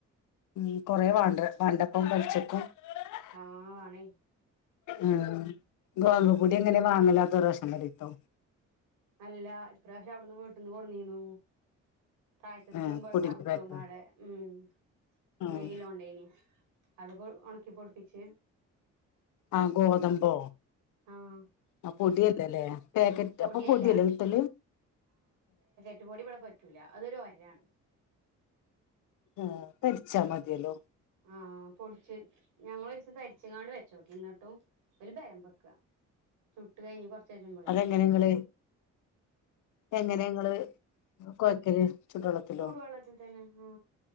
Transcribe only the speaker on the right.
ആഹ ആണെ
അല്ല ഇപ്രാവശ്യ അവിടുന്ന് വീട്ടിന്ന് കൊടിന്നീന്നു താഴ്ത്തതും
അവിടുത്തോ
പടെ ഉം
ഏഴ് ലോണ്ടായി നിഅത് ഉണക്കി പൊടിപ്പിിച്ച്
ആഹ്
പൊടിയല്ല
പുട്ട് പൊടിവിടെ പറ്റൂല അതൊരു ഒരാണ്
ആഹ പൊടിിച്ചച്ച് ഞങ്ങൾ ഒരുസം തരിച്ചങ്ങാണ്ട് വെച്ചോക്കി എന്നിട്ടും ഒരു ബലം വെക്ക ചുട്ട് കഴിഞ്ഞ് കൊറച്ചാഴുമ്പഴെ
ചൂടു വെള്ളത്തി തന്നെ ആ